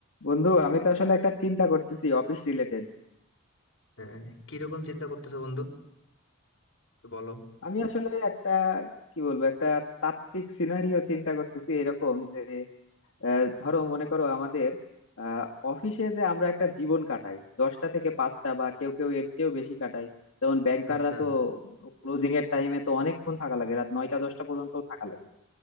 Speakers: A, on the left; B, on the left.
A: বন্ধু আমি তো আসলে একটা চিন্তা করতেছি অফিস রিলেটেড
B: আহ, কিরকম চিন্তা করতেছো বন্ধু বলো
A: আমি আসলে একটা কি বলবো একটা তাত্ত্বিক সিনারিও চিন্তা করতেছি এরকম যে আহ, ধরো মনে করো আমাদের অফিসে যে আমরা একটা জীবন কাটাই দশটা থেকে পাঁচটা বা কেউ কেউ এর চেয়েও বেশি কাটাই যেমন ব্যাংকাররা
B: আচ্ছা
A: তো ক্লোজিং এর টাইমে তো অনেকক্ষণ থাকা লাগে রাত নয়টা দশটা পর্যন্ত থাকা লাগে